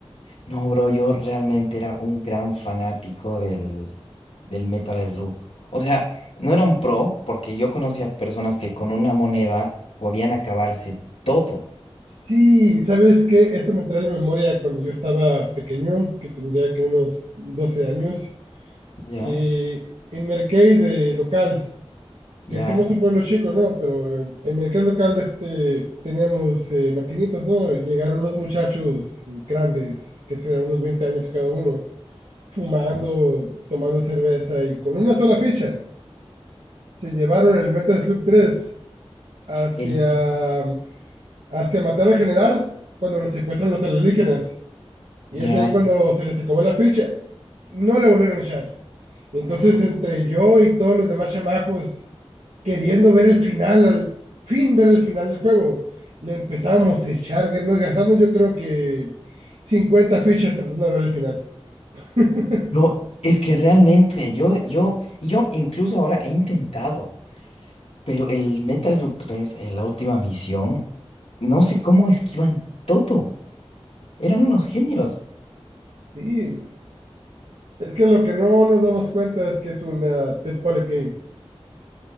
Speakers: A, on the left (about 80°); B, on the right (about 80°).
A: No, bro, yo realmente era un gran fanático del, del Metal Slug. O sea, no era un pro, porque yo conocía personas que con una moneda podían acabarse todo.
B: Sí, ¿sabes qué? Eso me trae a la memoria cuando yo estaba pequeño, que tendría que unos 12 años.
A: Ya,
B: eh, en mi arcade eh, local
A: ya,
B: que somos un pueblo chico, ¿no? Pero en el mercado local este, teníamos eh, maquinitas, ¿no? Y Llegaron los muchachos grandes, que serán unos 20 años cada uno, fumando,
A: ya.
B: tomando cerveza y con una sola ficha. Se llevaron el Metal Slug 3 hacia,
A: El,
B: hacia matar al general cuando lo secuestran los alienígenas. Y
A: ya.
B: es ahí cuando se les acabó la ficha. No le volvieron a echar. Entonces,
A: Ah,
B: entre yo y todos los demás chamacos, queriendo ver el final, al fin ver el final del juego. Le empezamos a echar, que nos gastamos yo creo que 50 fichas tratando de ver el final. <laughs>
A: No, es que realmente yo, yo, y yo incluso ahora he intentado. Pero el Metal Slug 3 en la última misión, no sé cómo esquivan todo. Eran unos genios.
B: Sí, es que lo que no nos damos cuenta es que es una Dead Polyp Game.